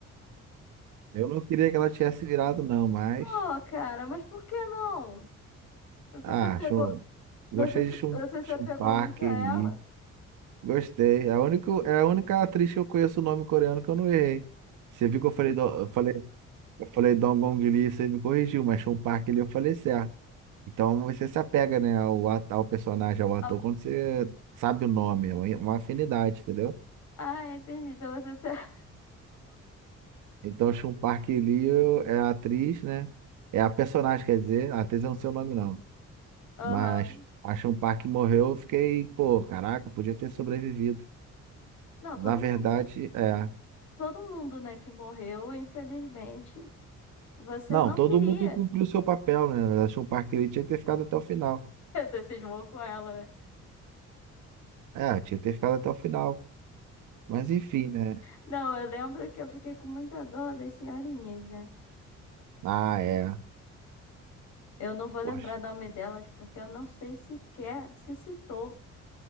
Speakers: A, on the right; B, on the left.
A: Eu não queria que ela tivesse virado, não, mas.
B: Pô, cara, mas por que não? Você
A: Ah,
B: se apegou,
A: chum... gostei
B: você, se-
A: de Chum,
B: você se
A: Chum
B: apegou
A: Park
B: muito a
A: Lee.
B: ela?
A: Gostei. É a única, é a única atriz que eu conheço o nome coreano que eu não errei. Você viu que eu falei, do... eu falei, eu falei Dongong Lee, você me corrigiu, mas Chum Park Lee eu falei certo. Então você se apega, né, ao, at- ao personagem, ao ator,
B: Ah,
A: quando você sabe o nome, é uma uma afinidade, entendeu?
B: ah, entendi. Então você se... <laughs>
A: Então Chum Park Lee eu- é a atriz, né? É a personagem, quer dizer, a atriz eu não sei o nome, não.
B: Aham.
A: Mas Action Park morreu, eu fiquei, pô, caraca, podia ter sobrevivido.
B: Não,
A: Na
B: todo
A: verdade,
B: mundo,
A: é.
B: todo mundo, né, que morreu, infelizmente, você
A: Não,
B: não
A: todo
B: queria.
A: mundo cumpriu
B: <laughs>
A: seu papel, né? Action Park ele tinha que ter ficado até o final.
B: Você cismou com ela, né?
A: É, tinha que ter ficado até o final. Mas enfim, né?
B: Não, eu lembro que eu fiquei com muita dor das senhorinhas, né?
A: Ah, é.
B: Eu não vou lembrar
A: Poxa,
B: o nome delas porque eu não sei sequer se citou